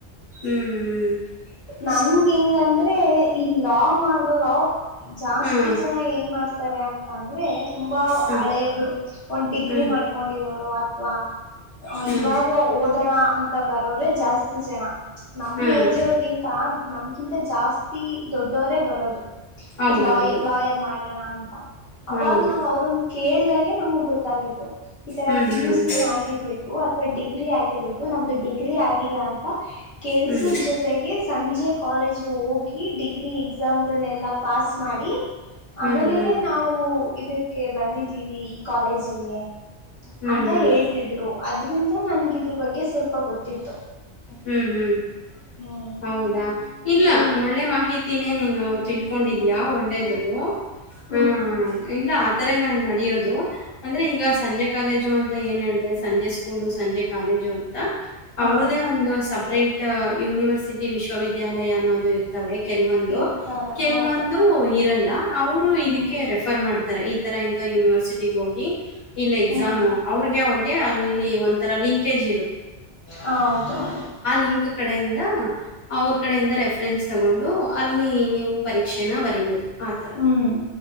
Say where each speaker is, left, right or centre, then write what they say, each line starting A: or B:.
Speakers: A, on the left; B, on the left.
A: ಹ್ಮ್ ಹ್ಮ್
B: ನನ್ಗೆ ಹೆಂಗ ಅಂದ್ರೆ ಇ ಲಾ ಮಾಡೋರ ಜಾಸ್ತಿ
A: ಹ್ಮ್
B: ಜನ ಏನ್ ಮಾಡ್ತ ಇರ್ತಾರೆ ಅಂತ ಅಂದ್ರೆ ತುಂಬಾ
A: ಹ್ಮ್
B: ಹಳೆಯಬ್ರು ಒಂದ್ ಡಿಗ್ರಿ
A: ಹ್ಮ್
B: ಮಾಡ್ಕೊಂಡಿರೋರು ಅಥವಾ
A: ಹ್ಮ್
B: ಇವಾಗ ಓದೋಣ ಅಂತ ಬರೋ್ರೆ ಜಾಸ್ತಿ ಜನ ನಮ್ಮ
A: ಹ್ಮ್
B: ಏಜ್ ಅವರ್ಗಿಂತ ನಮ್ಕಿಂತ ಜಾಸ್ತಿ ದೊಡ್ಡವರೇ ಬರೋದು
A: ಹೌದೌದು
B: ಇ ಲಾಯ ಲಾಯರ್ ಮಾಡೋಣ ಅಂತ ಅವಾಗ್
A: ಹೌದು
B: ನಾವ್ ಅವ್ರನ್ ಕೇಳ್ದಾಗೆ ನಮಗ್ ಗೊತ್ತಾಗಿತ್ತು ಈತರ
A: ಹ್ಮ್
B: ಪಿ
A: ಹ್ಮ್
B: ಯು ಸಿ ಆಗಿರ್ಬೇಕು ಅ ಅಥವಾ ಡಿಗ್ರಿ ಆಗಿರ್ಬೇಕು ನಮ್ದು ಡಿಗ್ರಿ ಆಗಿಲ್ಲ ಅಂತ ಕೆಲ್ಸದ
A: ಹ್ಮ್
B: ಜೊತೆಗೆ ಸಂಜೆ ಕಾಲೇಜ್ಗ ಹೋಗಿ ಡಿಗ್ರಿ ಎಕ್ಸಾಮ್ಗಳನ್ನನೆಲ್ಲಾ ಪಾಸ್ ಮಾಡಿ
A: ಹ್ಮ್
B: ಆಮೇಲೇನೆ
A: ಹ್ಮ್ ಹ್ಮ್
B: ನಾವು ಇದಕ್ಕೆ ಬಂದಿದ್ದೀವಿ ಕಾಲೇಜಗೆ
A: ಹ್ಮ್
B: ಅಂತ
A: ಹ್ಮ್
B: ಹೇಳ್ತಿದ್ರು ಅದ್ರಿಂದ ನನ್ಗೆ ಇದ್ರ ಬಗ್ಗೆ ಸ್ವಲ್ಪ ಗೊತ್ತತ್ತು
A: ಹ್ಮ್ ಹ್ಮ್
B: ಹ್ಮ್
A: ಹೌ ಹೌದಾ ಇಲ್ಲ
B: ಹ್ಮ್
A: ಒಳ್ಳೆ ಮಾಹಿತಿನೇ ನೀನು ತಿಳ್ಕೊಂಡಿದೀ್ಯಾ ಒಳ್ಳೇದ್ದು
B: ಹ್ಮ್
A: ಹ್ಮ ಇಲ್ಲ ಆತರ ನಾನ್ ನಡಿಯೋದು ಅಂದ್ರೆ ಈಗ ಸಂಜೆ ಕಾಲೇಜು ಅಂತ ಏನ್ ಹೇಳಿದೆ ಸಂಜೆ ಸ್ಕೂಲು ಸಂಜೆ ಕಾಲೇಜು ಅಂತ
B: ಹಾ
A: ಅವ್ರ್ದೇ ಒಂದು ಸಪ್ರೇಟ್ ಯೂನಿವರ್ಸಿಟಿ ವಿಶ್ವವಿದ್ಯಾಲಯ ಅನ್ನೋದು ಇರ್ತವೆ ಕೆಲ್ವೊಂದು
B: ಇರ್ತವೆ
A: ಕೆಲ್ವೊಂದು
B: ಹೌದು
A: ಇರಲ್ಲ ಅವರು
B: ಹ್ಮ್
A: ಇದಕ್ಕೆ ರೆಫರ್ ಮಾಡ್ತ ಈ ತರ ಇಂತ ಯೂನಿವರ್ಸಿಟಿಗ ಹೋಗಿ ಇಲ್ಲ ಎಕ್ಸಾಮ್
B: ಹ್ಮ್
A: ಅವ್ರಗೆ ಅವ್ರಿಗೆ ಅ ಒರ ಲಂಕಜ್
B: ಹೌದೌದು
A: ಇಂ ಕಡೆಯಿಂದ ಅವ್ರ ಕಡೆಯಿಂದ ರೆಫರೆನ್ಸ್ ತಗೊಂಡು ಅಲ್ಲಿ
B: ಹ್ಮ್
A: ನೀವು ಪರೀಕ್ಷೆನ ಬರೀಬಹುದು ಆತರ
B: ಹ್ಮ್